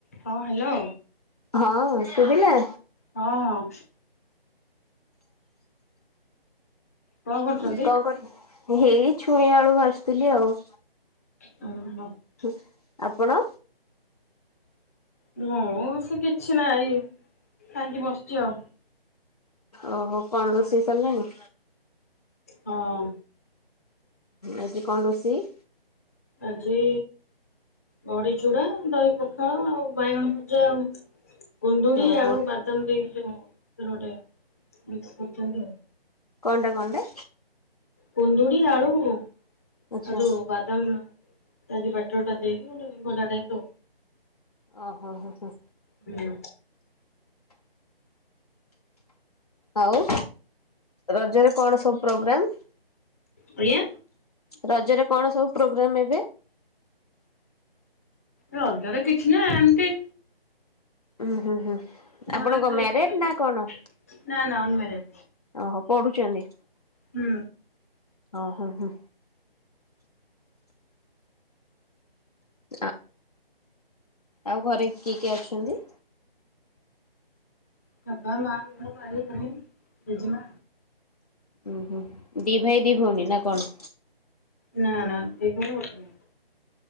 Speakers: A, on the left; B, on the left.
A: ହଁ ହାଲୋ।
B: ହଁ ଶୁଭିଲା।
A: ହଁ ହଁ। କଣ କରୁଛନ୍ତି?
B: ଉଁ କଁ କରୁ ହେଇ ଛୁଇଁ ଆଳୁ ଭାଜୁଥିଲି ଆଉ।
A: <unintelligible>
B: ହୁଁ ଆପଣ
A: ମୁଁ ସେ କିଛି ନାଇଁ ଖାଇକି ବସଚି ଆଉ।
B: ଓହୋ କଣ ରୋଷେଇ ସାରିଲାଣି?
A: ହଁ।
B: ଆଜି କଣ ରଷେଇ?
A: ଆଜି। ବଡି ଚୂଡ଼ା ଦହି ପୋଖାଳ ଆଉ ବାଇଗଣ ଭଜା ଆଉ। କୁନ୍ଦୁଡି
B: ଓହୋ
A: ଆଳୁ ବାଦାମ ଦେଇକି ଯ ଗୋଟେ ମିକ୍ସ କରଛନ୍ତି ଆଉ।
B: କଣ୍ଟା କଣ୍ଟା?
A: କୁନ୍ଦୁଡି ଆଳୁ ଆଉ
B: ଆଚ୍ଛା
A: ଯୋଉ ବା ଦାମ ଆଜି ବାଟଟା ଦେଇକି ଗୋଟେ <inaudible>
B: ଓହୋ ହ ହ।
A: ହୁଁ।
B: ହଉ ରଜରେ କଣ ସବୁ ପ୍ରୋଗ୍ରାମ?
A: ଆଜ୍ଞା।
B: ରଜରେ କଣ ସବୁ ପ୍ରୋଗ୍ରାମ ଏବେ?
A: ରଜରେ କିଛି ନାଇ ଏମିତି।
B: ହଁ ହୁଁ ହୁଁ।
A: ଘରେ
B: ଆପଣ କଣ
A: ଖାଇ
B: ମ୍ୟାରେଜ
A: ପିଇକି
B: ନା କଣ
A: ନା ନା ଅନମ୍ୟାରେଡ
B: ଓହୋ ପଢୁଛନ୍ତି।
A: ହୁଁ।
B: ହଁ ହଁ ହଁ। ଆ। ଆଉ ଘରେ କିଏ କିଏ ଅଛନ୍ତି?
A: ପପା ମା ଭାଇ ଭଉଣୀ ଜେଜେମା।
B: ଉୁଁ ହୁଁ ଦି ଭାଇ ଦି ଭଉଣୀ ନା କଣ?
A: ନା ନା <inaudible>